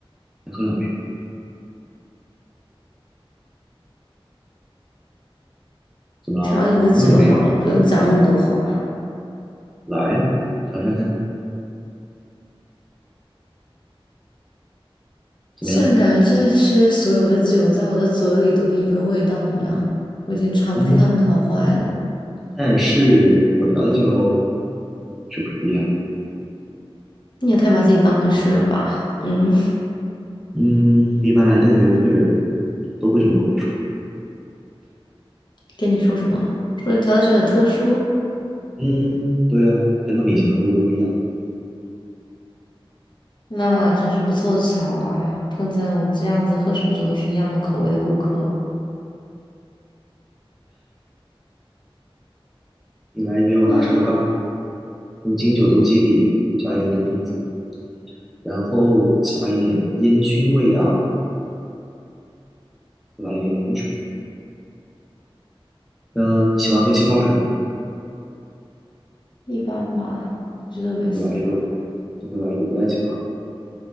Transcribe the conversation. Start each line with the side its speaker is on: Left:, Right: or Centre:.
Centre: 再喝两杯，怎么了？
Left: 调你的酒好了，
Centre: 朋友也没有，
Left: 不用讲那么多话。
Centre: 来尝尝看，怎么样？
Left: 现在感觉这些所有的酒在我的嘴里都跟一个味道一样，我已经尝不出它们的好坏了。
Centre: 嗯，但是我调的酒是不是不一样？
Left: 你也太把自己当回事了吧？嗯。
Centre: 嗯，一般来店里的客人都会这么跟我说。
Left: 跟你说什么？说你调的酒很特殊，
Centre: 嗯，对啊，跟他们以前喝过的不一样。
Left: 那真是不凑巧啊，碰见我这样子喝什么酒都是一样的口味的顾客
Centre: 你来一杯我拿手的吧，
Left: 啊，
Centre: 用金酒做基底，加一点杜松子，然后加一点烟熏味道，再来一点柠檬水。那喜欢喝气泡水吗？
Left: 一般吧，不是特别喜欢。
Centre: 那就来一个，那就来一个不带气泡的。